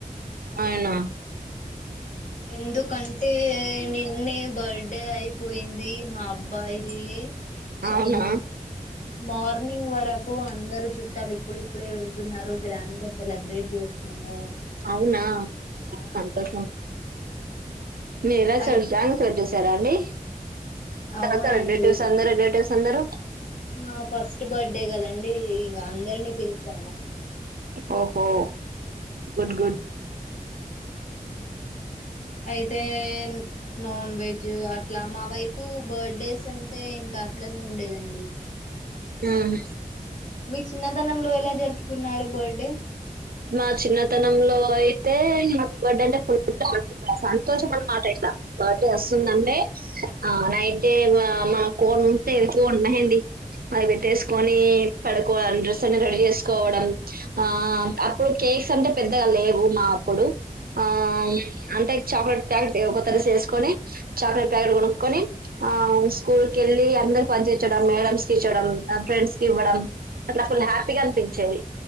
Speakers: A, on the right (about 85°); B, on the left (about 55°).
A: అవునా
B: ఎందుకంటే నిన్నే బర్త్డే అయిపోయింది మా అబ్బా యిది చైన్
A: అవునా
B: మార్నింగ్ వరకు అందరు చుట్టాలు ఇప్పుడిప్పుడే వెళ్తున్నారు గ్రాండ్ గా సెలబ్రేట్ చేసి నము
A: అవునా చాల సంతోషం మీలా
B: అయితే
A: చ గ్రాండ్ సెలబ్రేట్ చేసారా అండి అందరు
B: అవునండి
A: రిలేటివ్స్ అందరు రిలేటివ్స్ అందరు
B: ఆ ఫస్ట్ బర్త్డే కదండి ఇగ అందరినీ పిలిచాము
A: ఓహో గుడ్ గుడ్
B: అయితే నాన్ వెజ్ అట్లా మా వైపు బర్త్డేస్ అంటే ఇంకా అట్లనే ఉండేదండి
A: ఉమ్
B: మీ చిన్నతనంలో ఎలా జరుపుకున్నారు బర్త్డే
A: మా చిన్నతనంలో అయితే బర్డ అంటే ఫుల్ అతు సంతోషమన మాట బర్త్డే వస్తుందంటే ఆ నైటె మన కొనుంటే అదే కొను మెహందీ అది పెట్టేసుకొని పడుకోవడం డ్రెస్ అని రెడీ చేసుకోవడం ఆ ఇప్పుడు కేక్స్ అంటే పెద్దగా లేవు మా అప్పుడు ఆ అంటే చాక్లెట్ ప్యాకెట్ కొత్త డ్రెస్ వేసుకొని చాక్లెట్ ప్యాకెట్ కొనుక్కకొని ఆ స్కూల్ కెళ్ళి అందరు పనిచించడం మేడమ్స్ కి ఇచ్చడం ఫ్రెండ్స్ కి ఇవ్వడం అట్లా ఫుల్ హ్యాపీగా అనిపించేది